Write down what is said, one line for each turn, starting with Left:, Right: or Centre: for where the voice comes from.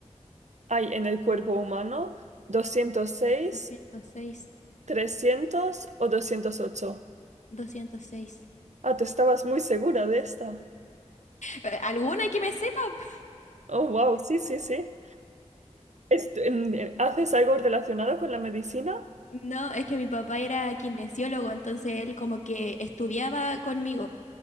Right: hay en el cuerpo humano? 206.
Left: 206.
Right: 300 o 208.
Left: 206.
Right: Ah, tú estabas muy segura de esta.
Left: Eh, ¿Alguna que me sepa? <laughs>
Right: Oh, wow, sí, sí, sí. Est- en- eh, ¿Haces algo relacionado con la medicina?
Left: No, es que mi papá era kinesiólogo, entonces él como que estudiaba conmigo.